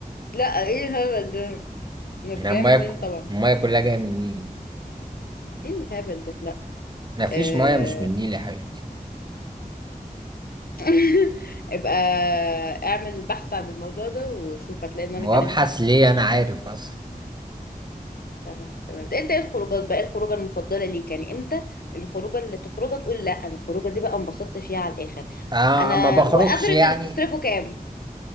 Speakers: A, on the left; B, on the right.
A: لا ايه الهبل ده انا
B: من
A: في جاي
B: المايه
A: من النيل طبعا
B: المايه كلها جاية من النيل
A: ايه الهبل ده لا
B: ما فيش
A: آه،
B: مايه مش من النيل يا حبيبي
A: <laughs> يبقى اعمل بحث عن الموضوع ده وشوف هتلاقي ان انا
B: وابحث
A: كلامي صح
B: ليه انا عارف اصلا
A: تمام تمام انت ايه الخروجات بقى ايه الخروجه المفضله ليك يعني امتى الخروجه اللي تخرجها تقول لا انا الخروجه دي بقى انبسطت فيها على الاخر
B: آه
A: انا
B: ما بخرجش
A: وافرج
B: يعني
A: اللي بتصرفه كام